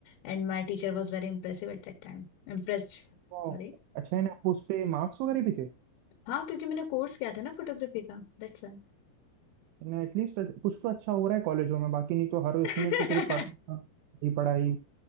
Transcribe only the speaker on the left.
And my teacher was very impressive at that time Impressed
sorry
हाँ क्योंकि मैंने कोर्स किया था ना फोटोग्राफी का दैट्स वाई
<laughs>